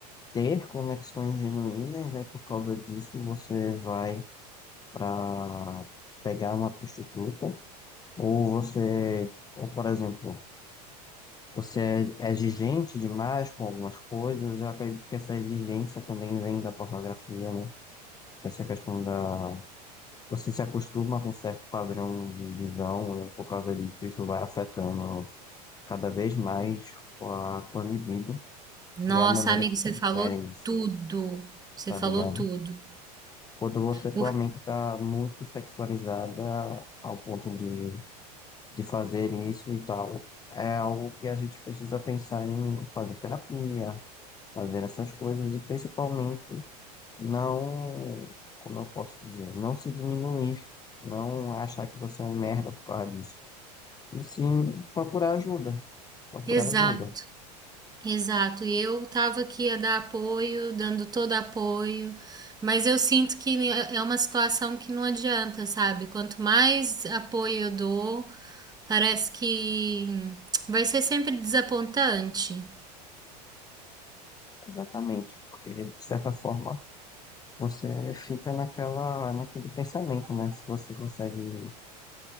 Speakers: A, on the left; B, on the right.
A: ter conexões genuínas, aí por causa disso você vai para pegar uma prostituta Ou você, ou por exemplo, você é é exigente demais com algumas coisas, eu acredito que essa exigência também vem da pornografia, né? Essa questão da. Você se acostuma com um certo padrão de visão e por causa disso isso vai afetando cada vez mais a tua libido
B: nossa,
A: e a maneira
B: amigo,
A: que
B: você
A: tu
B: falou
A: querem isso,
B: tudo.
A: né?
B: Você
A: Tá
B: falou
A: ligado?
B: tudo.
A: Quando você, tua
B: Por...
A: mente tá muito sexualizada ao ponto de de fazer isso e tal. É algo que a gente precisa pensar em fazer terapia, fazer essas coisas e principalmente não, como eu posso dizer, não se diminuir, não achar que você é um merda por causa disso. E sim procurar ajuda, procurar
B: Exato.
A: ajuda.
B: Exato, e eu estava aqui a dar apoio, dando todo apoio, mas eu sinto que é uma situação que não adianta, sabe? Quanto mais apoio eu dou, parece que vai ser sempre desapontante.
A: Exatamente, porque de certa forma você fica naquela, naquele pensamento, né? Se você consegue